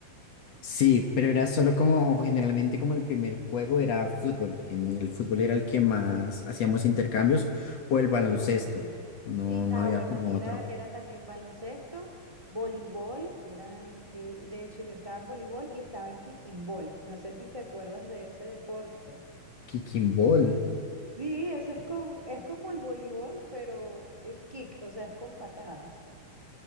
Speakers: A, on the left; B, on the right.
A: Sí, pero era solo como, o generalmente como el primer juego era fútbol, en el fútbol era el que más hacíamos intercambios, o el baloncesto,
B: Ah, buenísimo.
A: no,
B: Sí,
A: no
B: ah,
A: había
B: bueno,
A: como
B: aquí
A: otro.
B: era, era también baloncesto, voleibol, era, eh, de hecho yo estaba en voleibol y estaba en kickimball. No sé si te acuerdas de ese deporte.
A: Kicking ball,
B: Sí, eso es con, es como el voleibol, pero es kick, o sea, es con patadas.